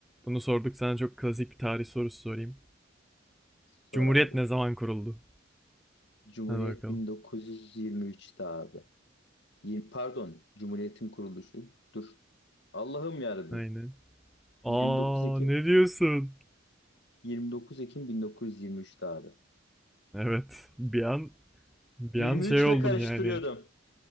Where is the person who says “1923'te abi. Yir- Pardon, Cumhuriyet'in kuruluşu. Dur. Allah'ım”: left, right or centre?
Left